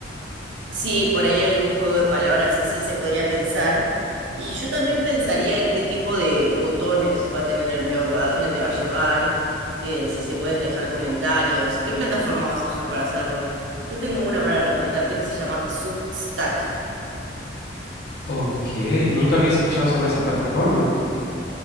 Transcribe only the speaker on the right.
Sí, por ahí algún juego de palabras así se podría pensar. Y yo también pensaría en qué tipo de botones va a tener el blog, a dónde te va a llevar, eh, si se pueden dejar comentarios, qué plataforma vas a usar para hacerlo. Yo tengo una para recomendarte que se llama Substack.